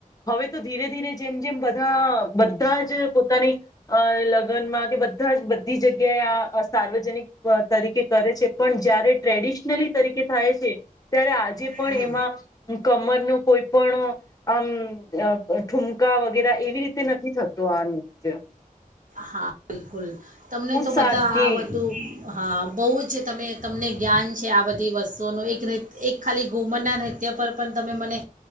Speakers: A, on the left; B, on the right.
A: હવે તો ધીરે ધીરે જેમ જેમ બધા બધા જ પોતાની અ લગનમાં કે બધા જ બધી જગ્યાએ આ અ સાર્વજનિક <unintelligible> તરીકે કરે છે પણ જયારે ટ્રેડિશનલી તરીકે થાય છે, ત્યારે આજે પણ
B: હમ
A: એમાં કમરનું કોઈ પણ આમ અ અ ઠુમકા વગેરા એવી રીતે નથી થતુ આ નુત્ય.
B: હા બિલકુલ તમને તો
A: સાદગી
B: બધા આ બધું હા બહુ જ તમે તમને જ્ઞાન છે આ બધી વસ્તુઓનું એક નૃત્ય એક ખાલી ઘુમરના નૃત્ય પર પણ તમે મને